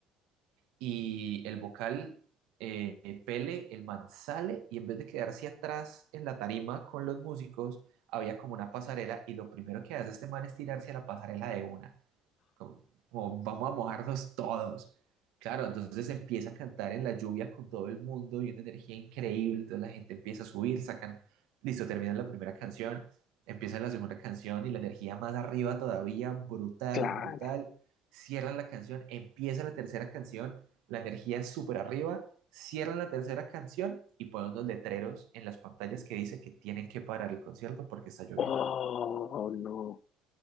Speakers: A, on the right; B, on the left.
A: Y el vocal eh, Pele, el man sale y en vez de quedarse atrás en la tarima con los músicos, había como una pasarela y lo primero que hace este man es tirarse a la pasarela de una como, como, vamos a mojarnos todos. Claro, entonces empieza a cantar en la lluvia con todo el mundo y una energía increíble, entonces la gente empieza a subir, sacan, listo, terminan la primera canción, empieza la segunda canción y la energía más arriba todavía, brutal,
B: claro.
A: brutal, cierran la canción, empieza la tercera canción, la energía súper arriba, cierran la tercera canción y ponen unos letreros en las pantallas que dice que tienen que parar el concierto porque está lloviendo.
B: Oh, no,